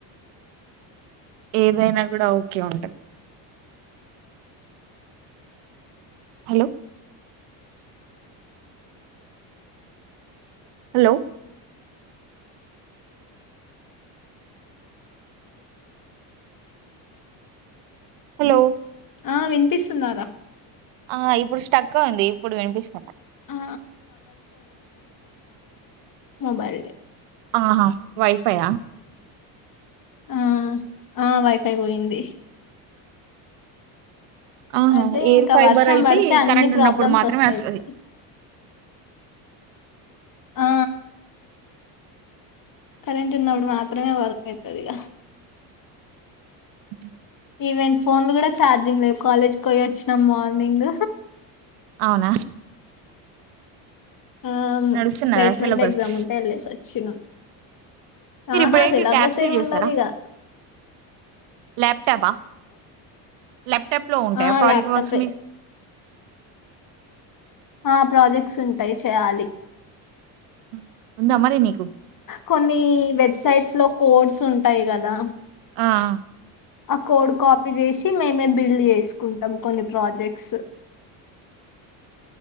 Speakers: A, on the right; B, on the left.
A: ఏదైనా కూడా ఓకే ఉంటది హలో హలో హలో
B: ఆ వినిపిస్తుందారా
A: ఆ ఇప్పుడు స్టక్గా ఉంది ఇప్పుడు వినిపిస్తున్న
B: ఆ మోబైల్
A: ఆహా వైఫైయా
B: ఆ ఆ వైఫై పోయింది
A: అవును
B: అదే
A: ఎయిర్
B: ఇంకా
A: ఫైబర్
B: వర్షం
A: అయితే
B: పడితే అన్ని
A: కరెంట్
B: ప్రాబ్లమ్స్
A: ఉన్నప్పుడు మాత్రమే
B: వస్తాయి
A: వస్తుది
B: ఇప్పుడు ఆ కరెంట్ ఉన్నప్పుడు మాత్రమే వర్క్ అవుతుది ఇక
A: ఉ
B: ఈవెన్ ఫోన్లు కూడా ఛార్జింగ్ లేవు కాలేజ్కి పోయి వచ్చినా మార్నింగ్
A: అవునా
B: ఆ
A: నడుస్తున్నదా
B: ప్లేస్మెంట్
A: సిలబస్
B: ఎగ్జామ్ ఉంటే వెళ్ళసి వచ్చిన
A: మీరు
B: ఆహా
A: ఇప్పుడు ఏంటి
B: సిలబస్
A: ట్యాబ్స్ యూజ్
B: ఏమి
A: చేస్తారా
B: ఉండదిగా
A: ల్యాప్టాపా ల్యాప్టాప్ లో ఉంటాయా
B: ఆ
A: ప్రోజేక్ట్
B: ల్యాప్టాపే
A: వర్క్స్ మీకు
B: ఆ ప్రాజెక్ట్స్ ఉంటాయి చేయాలి
A: హు్ ఉందా మరి నీక్
B: కొన్ని వెబ్ సైడ్ లో కోడ్స్ ఉంటాయ్ గదా
A: ఆఆ
B: ఆ కోడ్ కాపీ జేసి మేమే బిల్డ్ జేసుకుంటాం కొన్ని ప్రాజెక్సు